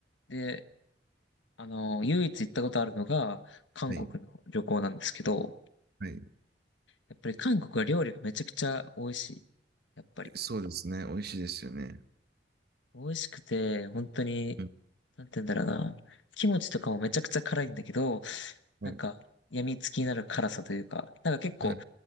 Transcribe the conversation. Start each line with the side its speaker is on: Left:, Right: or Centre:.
Left: で、あの、唯一行ったことあるのが、韓国の旅行なんですけど、
Right: はい。はい。
Left: やっぱり韓国は料理がめちゃくちゃ美味しい。やっぱり。
Right: そうですね。美味しいですよね。
Left: 美味しくて、本当に、
Right: うん。
Left: なんて言うんだろうな。キムチとかもめちゃくちゃ辛いんだけど、
Right: はい。
Left: なんか、病みつきになる辛さというか、なんか結構、
Right: はい。